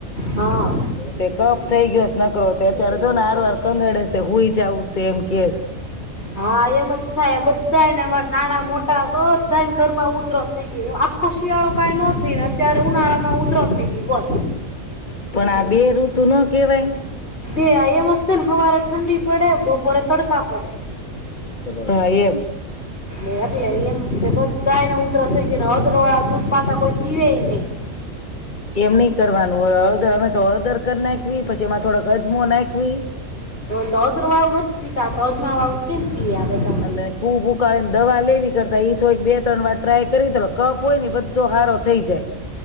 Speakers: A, on the left; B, on the left.
A: હા
B: તે કપ થઇ ગયો નકરો અત્યારે જો ને આર વાર કંદડે છે હું જવું છે એમ કેશ
A: હા એમ જ થાય બધાને અમા નાના મોટા બધાને ઘર માં ઉધરો થઈ ગય આખો શિયાળો કઈ ન થઈને અત્યારે ઉનાળા માં ઉધર થઈ. ગઈ બોલ
B: પણ આ બે ઋતુ નુ કેવાય.
A: આયે મસ્તને હવારે ઠંડી પડે બપોર તડકા પડે
B: હા એમ.
A: ને એટલે એમસ્ ને બધાયને ઉધરસ થઈ ગઈ. ને હળદરવાળા દૂધ પાસા કોઈ પીવેય નહીં.
B: એમ નહીં કરવાનું, હ હળદર અમે તો હળદર કર નાખવી, પછી એમાં થોડોક અજમો નાખયવી.
A: હળદર વાળું નથી પીતા તો અજમા વાળું કેમ પીવે આ બધા
B: અને-અને ખુબ ઉકાળીને દવા લેવી કરતા ઈ થોડીક બે ત્રણ વાટ ટ્રાય કરી <unintelligible> કફ હોય ને ઈ બધો હારો થઈ જાય.